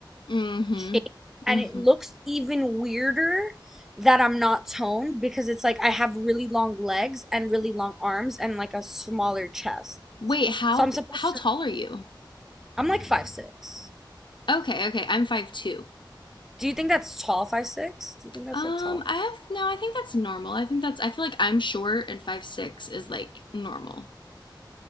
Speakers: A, on the left; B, in the centre.
A: Mm-hmm.
B: shape
A: Mm-hmm.
B: and it looks even weirder that I'm not toned because it's like I have really long legs and really long arms and like a smaller chest.
A: Wait, how
B: So I'm supposed
A: how tall
B: to,
A: are you?
B: I'm like five six.
A: Okay, okay. I'm five two.
B: Do you think that's tall, five six? Do you think that's
A: Um,
B: like tall?
A: I have no. I think that's normal. I think that's. I feel like I'm short, and five six is like normal.